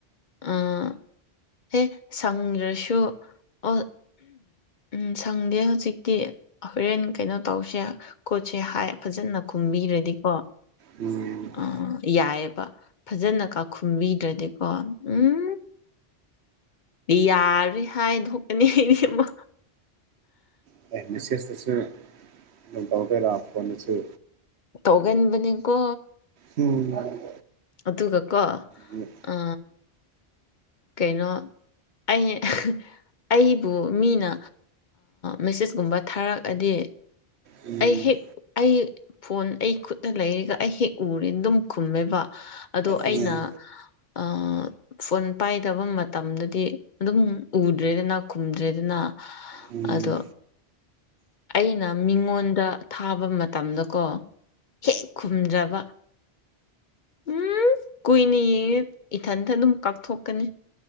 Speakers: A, on the left; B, on the right.
A: ꯑꯥ ꯍꯦ ꯁꯪꯗ꯭ꯔꯁꯨ ꯑꯣ ꯎꯝ ꯁꯪꯗꯦ ꯍꯧꯖꯤꯛꯇꯤ꯫ ꯍꯣꯔꯦꯟ ꯀꯩꯅꯣ ꯇꯧꯁꯦ ꯀꯣꯠꯁꯦ ꯐꯖꯅ ꯈꯨꯝꯕꯤꯔꯗꯤꯀꯣ
B: ꯎꯝ
A: ꯑ ꯌꯥꯏꯌꯦꯕ ꯐꯖꯅꯀꯥ ꯈꯨꯝꯕꯤꯗ꯭ꯔꯗꯤꯀꯣ ꯎꯝ ꯌꯥꯔꯗꯤ ꯍꯥꯏ ꯙꯣꯛꯀꯅꯤ ꯑꯩꯅꯤ ꯑꯃ
B: ꯎꯝ ꯃꯤꯁꯦꯁꯇꯁꯨ ꯗꯨꯝ ꯇꯧꯗꯣꯏꯔꯥ ꯐꯣꯟꯗꯁꯨ
A: ꯇꯧꯒꯟꯕꯅꯦꯀꯣ
B: ꯎꯝ
A: ꯑꯗꯨꯒꯀꯣ
B: ꯎꯝ
A: ꯑ ꯀꯩꯅꯣ ꯑꯩ ꯑꯩꯕꯨ ꯃꯤꯅ ꯃꯦꯁꯦꯁꯀꯨꯝꯕ ꯊꯥꯔꯛꯑꯗꯤ
B: ꯎꯝ
A: ꯑꯩ ꯍꯦꯛ ꯑꯩ ꯐꯣꯟ ꯑꯩ ꯈꯨꯠꯇ ꯂꯩꯔꯤꯒ ꯑꯩ ꯍꯦꯛ ꯎꯔꯦ ꯑꯗꯨꯝ ꯈꯨꯝꯃꯦꯕ ꯑꯗꯣ ꯑꯩꯅ
B: ꯎꯝ ꯎꯝ
A: ꯑ ꯐꯣꯟ ꯄꯥꯏꯗꯕ ꯃꯇꯝꯗꯗꯤ ꯑꯗꯨꯝ ꯎꯗ꯭ꯔꯦꯗꯅ ꯈꯨꯝꯗ꯭ꯔꯦꯗꯅ
B: ꯎꯝ
A: ꯑꯗꯣ ꯑꯩꯅ ꯃꯤꯉꯣꯟꯗ ꯊꯥꯕ ꯃꯇꯝꯗꯀꯣ ꯍꯦꯛ ꯈꯨꯝꯗ꯭ꯔꯕꯥ ꯎꯝ ꯀꯨꯏꯅ ꯌꯦꯡꯉꯦ ꯏꯊꯟꯇ ꯑꯗꯨꯝ ꯀꯥꯎꯊꯣꯛꯀꯅꯤ